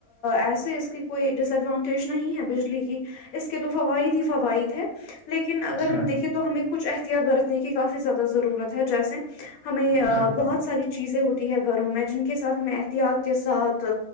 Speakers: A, on the left (about 85°); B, on the left (about 55°).
A: ایسے اس کی کوئی ڈس ایڈوانٹیج نہیں ہے بجلی کی اس کے تو فوائد ہی فوائد ہے لیکن اگر
B: ہاں
A: ہم دیکھے تو ہمیں کچھ احتیاط برتنے کی کافی زیادہ ضرورت ہے جیسے ہمیں
B: ہاں ہاں
A: بہت ساری چیزیں ہوتی ہے گھروں میں جن کے ساتھ ہمیں احتیاط کے ساتھ